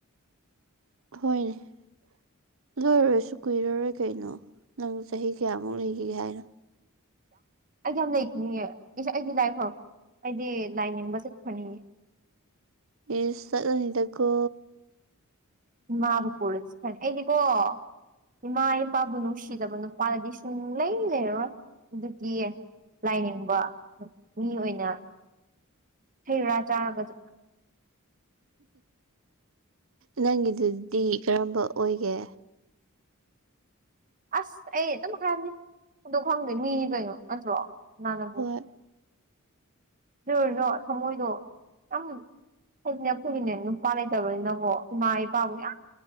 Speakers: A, on the right; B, on the right.
A: ꯍꯣꯏꯅꯦ ꯑꯗꯨ ꯑꯣꯏꯔꯁꯨ ꯀꯨꯏꯔꯔꯣꯏ ꯀꯩꯅꯣ ꯅꯪ ꯆꯍꯤ ꯀꯌꯥꯃꯨꯛ ꯂꯩꯈꯤꯒꯦ ꯍꯥꯏꯅꯣ
B: ꯑꯩꯗꯤ ꯌꯥꯝ ꯂꯩꯈꯤꯅꯤꯡꯉꯦ ꯑꯩꯗꯤ ꯂꯥꯏ ꯐꯔꯛ ꯑꯩꯗꯤ ꯂꯥꯏ ꯅꯤꯡꯕ ꯆꯠꯍꯅꯤꯡꯉꯦ
A: ꯏꯁ ꯆꯠꯂꯅꯤꯗꯀꯣ
B: ꯏꯃꯥꯕꯨ ꯄꯨꯔꯁꯤ ꯌꯥꯏ ꯑꯩꯗꯤꯀꯣ ꯏꯃꯥ ꯏꯄꯥꯕꯨ ꯅꯨꯡꯁꯤꯗꯕ ꯅꯨꯄꯥꯗꯗꯤ ꯁꯨꯡ ꯂꯩ ꯂꯩꯔꯣꯏ ꯑꯗꯨꯒꯤꯌꯦ ꯂꯥꯏꯅꯤꯡꯕ ꯃꯤ ꯑꯣꯏꯅ ꯍꯩꯔꯥ ꯆꯥꯔꯒꯁꯨ
A: ꯅꯪꯒꯤꯗꯨꯗꯤ ꯀꯔꯝꯕ ꯑꯣꯏꯒꯦ
B: ꯑꯁ ꯑꯩ ꯑꯗꯨꯝ ꯍꯥꯏꯕꯅꯤ ꯑꯗꯣ ꯈꯪꯗꯦ ꯃꯤ ꯀꯩꯅꯣ ꯅꯠꯇ꯭ꯔꯣ ꯀꯅꯥꯅꯕꯨ
A: ꯍꯣꯏ
B: <unintelligible> ꯊꯃꯣꯏꯗꯣ ꯌꯝ ꯍꯥꯏꯗꯤꯅꯦ ꯑꯩꯈꯣꯏꯒꯤꯅꯦ ꯅꯨꯄꯥ ꯂꯩꯇꯕꯅꯤꯅꯀꯣ ꯏꯃꯥ ꯏꯄꯥꯕꯨ ꯌꯥꯝ